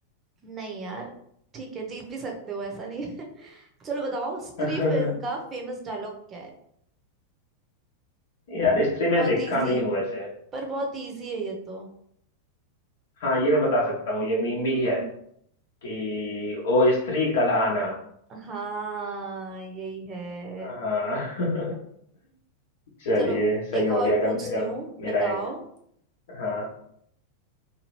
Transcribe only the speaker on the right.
नहीं यार ठीक है जीत भी सकते हो ऐसा नहीं है <laughs> चलो बताओ स्त्री
फिल्म का फेमस डायलॉग क्या है
बहुत
इजी
है
पर बहुत इजी है ये तो
हम्म
हाँ यही है
चलो
एक
और
पूछती
हूँ
बताओ